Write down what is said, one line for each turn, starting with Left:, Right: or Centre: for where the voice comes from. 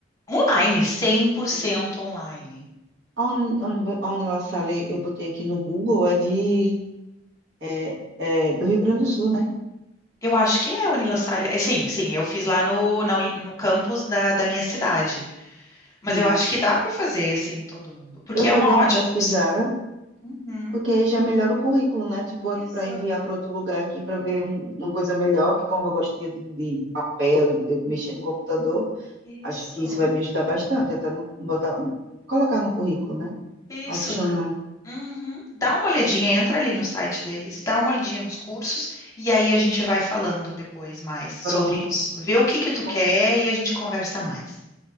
Left: Online, cem por cento
Right: É.
Left: online.
Right: A Uni, a Uni- a Unila eu botei aqui no Google, é de é, é do Rio Grande do Sul, né?
Left: Eu acho que é Unila Salles. É, Sim, sim, eu fiz lá no, na Uni- no campus da, da minha cidade. Mas
Right: Sim.
Left: eu acho que dá para fazer assim, todo mundo. Porque
Right: Eu
Left: é
Right: vou
Left: uma
Right: dar uma
Left: ótima
Right: pesquisada,
Left: opção. Uhum,
Right: porque aí já melhora o currículo, né? Tipo,
Left: exato.
Right: para enviar para outro lugar aqui para ver um- uma coisa melhor, que como eu gosto de, de papel, eh, mexer no computador, acho
Left: Isso.
Right: que isso vai me ajudar bastante, até no, botar, colocar no currículo, né?
Left: Isso.
Right: Adicionar.
Left: Uhum. Dá uma olhadinha, entra ali no site deles, dá uma olhadinha nos cursos e aí a gente vai falando depois mais sobre
Right: Pronto.
Left: isso. Vê o que que tu
Right: Com-
Left: quer e a gente conversa mais.